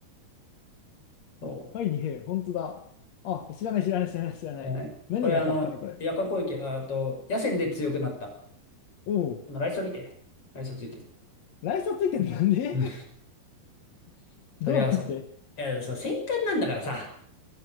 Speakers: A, on the left; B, on the left.
A: そう。
B: はい、二平、本当だ。あ、知らない、知らない、知らない、知らない。
A: 知らないこれあの、
B: 何が変わったの、これ。
A: 夜間攻撃、ああと、野戦で強くなった。
B: おお、
A: このライソ見てね。ライソついてる。
B: ライーついてんのなんで
A: うん。
B: <laughs> どうして
A: そりゃそう。いや、そう、戦艦なんだからさ。